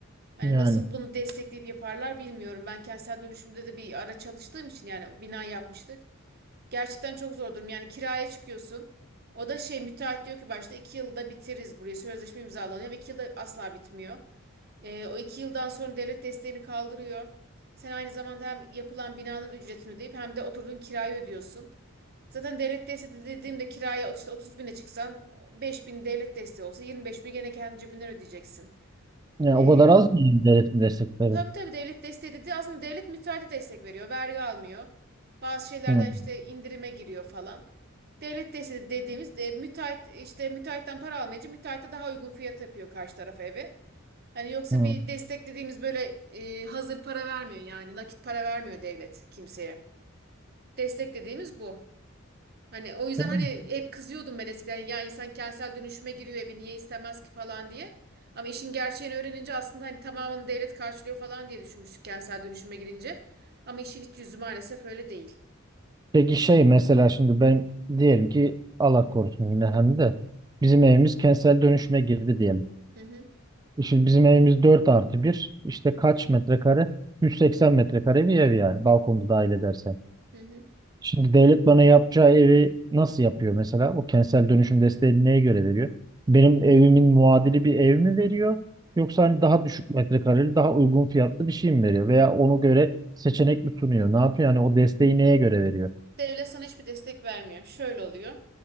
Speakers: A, on the right; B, on the right.
A: Hani
B: Yani,
A: nasıl bunu destekleyip yaparlar bilmiyorum. Ben kentsel dönüşümde de bir ara çalıştığım için yani bina yapmıştık. Gerçekten çok zor durum. Yani kiraya çıkıyorsun. O da şey müteahhit diyor ki başta iki yılda bitiririz burayı. Sözleşme imzalanıyor ama iki yılda asla bitmiyor. Ee, o iki yıldan sonra devlet desteğini kaldırıyor. Sen aynı zamanda hem yapılan binanın ücretini ödeyip hem de oturduğun kirayı ödüyorsun. Zaten devlet desteği de dediğimde kiraya işte 30 bine çıksan 5 bin devlet desteği olsa 25 bin gene kendi cebinden ödeyeceksin.
B: yani
A: Ee,
B: o kadar az mı yani devletin destekleri?
A: Tabii tabii devlet desteği dedi. Aslında devlet müteahhite destek veriyor. Vergi almıyor. Bazı şeylerden
B: Hmm.
A: işte indirime giriyor falan. Devlet desteği dediğimiz e, müteahhit işte müteahhitten para almayınca müteahhite daha uygun fiyat yapıyor karşı tarafa evi. Hani yoksa
B: Hmm.
A: bir destek dediğimiz böyle e, hazır para vermiyor yani nakit para vermiyor devlet kimseye. Destek dediğimiz bu. Hani o yüzden
B: Yani
A: hani hep kızıyordum ben eskiden ya insan kentsel dönüşüme giriyor evi niye istemez ki falan diye. Ama işin gerçeğini öğrenince aslında hani tamamını devlet karşılıyor falan diye düşünmüştük kentsel dönüşüme girince. Ama işin iç yüzü maalesef öyle değil.
B: peki şey mesela şimdi ben diyelim ki Allah korusun yine hem de bizim evimiz kentsel dönüşüme girdi diyelim.
A: Hı hı,
B: Şimdi bizim evimiz 4 artı bir. İşte kaç metrekare? 180 metrekare bir ev yani balkonu dahil edersen.
A: hı hı.
B: Şimdi devlet bana yapacağı evi nasıl yapıyor mesela? O kentsel dönüşüm desteğini neye göre veriyor? Benim evimin muadili bir ev mi veriyor? Yoksa hani daha düşük metrekareli, daha uygun fiyatlı bir şey mi veriyor? Veya ona göre seçenek mi sunuyor? Ne yapıyor? Yani o desteği neye göre veriyor?
A: Devlet sana hiçbir destek vermiyor. Şöyle oluyor.